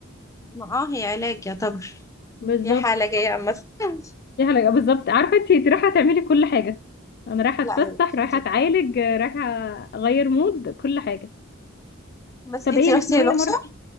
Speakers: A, on the left; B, on the left.
A: ما اه هي علاج يعتبر
B: بالظبط
A: هي حالة جاية عامة <laughs>
B: دي حاجة بالظبط عارفة انتي انتي رايحة تعملي كل حاجة انا رايحة اتفسح
A: لا هي مش
B: رايحة
A: نزل.
B: اتعالج رايحة اغير مود كل حاجة
A: بس
B: طب
A: انتي
B: ايه مش
A: رحتي
B: ناوية
A: الأقصر
B: مرة